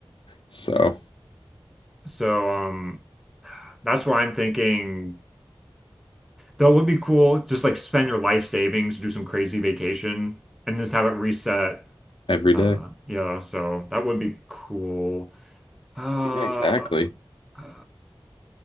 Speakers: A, on the left (about 75°); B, in the centre.
A: So,
B: so um that's why I'm thinking That would be cool. Just like spend your life savings, do some crazy vacation, and just have it reset.
A: every
B: Uh,
A: day.
B: yeah, so that would be cool. Uh,
A: Yeah, exactly.
B: uh, I